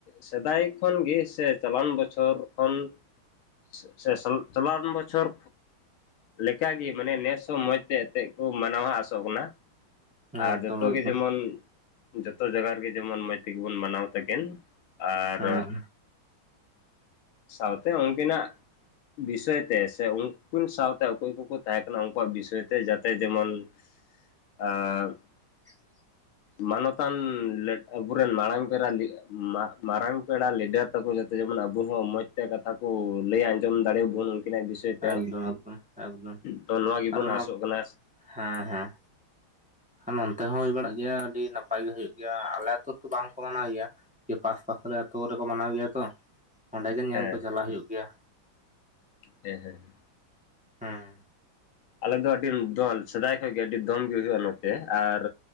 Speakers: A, on the left (about 85°); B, in the centre.
A: ᱥᱮᱫᱟᱭ ᱠᱷᱚᱱ ᱜᱮ ᱥᱮ ᱪᱟᱞᱟᱣ ᱮᱱ ᱵᱚᱪᱷᱚᱨ ᱠᱷᱚᱱᱼᱼ <unintelligible> ᱥᱮ ᱪᱟᱞᱟᱣ ᱮᱱ ᱵᱚᱪᱷᱚᱨᱼᱼ ᱞᱮᱠᱟ ᱜᱮ ᱢᱟᱱᱮ ᱱᱮᱥ ᱦᱚᱸ ᱢᱚᱡᱽ ᱛᱮ ᱮᱱᱛᱮᱫ ᱠᱚ ᱢᱟᱱᱟᱣᱟ ᱟᱥᱚᱜ ᱠᱟᱱᱟ ᱟᱨ
B: ᱮᱠᱫᱚᱢ
A: ᱡᱚᱛᱚ
B: ᱮᱠᱫᱚᱢ
A: ᱜᱮ ᱡᱮᱢᱚᱱ ᱡᱚᱛᱚ ᱡᱟᱭᱜᱟ ᱨᱮᱜᱮ ᱡᱮᱢᱚᱱ ᱢᱚᱡᱽ ᱛᱮᱜᱮ ᱵᱚᱱ ᱢᱟᱱᱟᱣ ᱛᱟᱹᱠᱤᱱ ᱟᱨ
B: ᱦᱮᱸ
A: ᱥᱟᱶ ᱛᱮ ᱩᱱᱠᱤᱱᱟᱜᱼᱼ ᱵᱤᱥᱚᱭ ᱛᱮ ᱥᱮ ᱩᱱᱠᱤᱱ ᱥᱟᱶ ᱛᱮ ᱚᱠᱚᱭ ᱠᱚᱠᱚ ᱛᱟᱦᱮᱸ ᱠᱟᱱᱟ ᱩᱱᱠᱩᱣᱟᱜ ᱵᱤᱥᱚᱭ ᱛᱮ ᱡᱟᱛᱮ ᱡᱮᱢᱚᱱ <unintelligible>
B: <inaudible>
A: ᱢᱟᱱᱚᱛᱟᱱ ᱞᱮᱴ ᱟᱵᱚᱨᱮᱱ ᱢᱟᱲᱟᱝ ᱯᱮᱲᱟ ᱢᱟᱨᱟᱝ ᱯᱮᱲᱟ ᱞᱤᱰᱟᱨ ᱠᱚ ᱡᱟᱛᱮ ᱡᱮᱢᱚᱱ ᱟᱵᱚ ᱦᱚᱸ ᱢᱚᱡᱽ ᱛᱮ ᱠᱟᱛᱷᱟ ᱠᱚ ᱞᱟᱹᱭ ᱟᱸᱡᱚᱢ ᱫᱟᱲᱮᱵᱚᱱ ᱩᱱᱠᱤᱱᱟᱜ ᱵᱤᱥ ᱛᱮ
B: ᱮᱠᱫᱚᱢ ᱮᱠᱫᱚᱢ ᱮᱠᱫᱚᱢ
A: ᱛᱚ ᱱᱚᱣᱟ ᱜᱮᱵᱚᱱ
B: ᱟᱨ ᱚᱱᱟ
A: ᱟᱥᱚᱜ ᱠᱟᱱᱟ,
B: ᱦᱮᱸ ᱦᱮᱸ ᱟ ᱱᱚᱱᱛᱮ ᱦᱚᱸ ᱦᱩᱭ ᱵᱟᱲᱟᱜ ᱜᱮᱭᱟ ᱟᱹᱰᱤ ᱱᱟᱯᱟᱭ ᱜᱮ ᱦᱩᱭᱩᱜ ᱜᱮᱭᱟ ᱟᱞᱮ ᱟᱹᱛᱩ ᱨᱮᱫᱚ ᱵᱟᱝ ᱠᱚ ᱢᱟᱱᱟᱣ ᱜᱮᱭᱟ᱾ ᱯᱟᱥᱯᱟᱥ ᱨᱮ ᱟᱛᱳ ᱠᱚᱨᱮ ᱠᱚ ᱢᱟᱱᱟᱣ ᱜᱮᱭᱟ ᱛᱚ ᱚᱸᱰᱮ ᱜᱮ ᱧᱮᱞ
A: ᱦᱮᱸ
B: ᱠᱚ ᱪᱟᱞᱟᱜ ᱦᱩᱭᱩᱜ ᱜᱮᱭᱟ᱾
A: ᱦᱮᱸ ᱦᱮᱸ
B: ᱦᱮᱸ
A: ᱟᱞᱮ ᱫᱚ ᱟᱹᱰᱤ ᱫᱚᱞ ᱥᱮᱫᱟᱭ ᱠᱷᱚᱱᱜ ᱜᱮ ᱟᱹᱰᱤ ᱫᱚᱢ ᱜᱮ ᱦᱩᱭᱩᱜ-ᱟ ᱱᱚᱛᱮ ᱟᱨ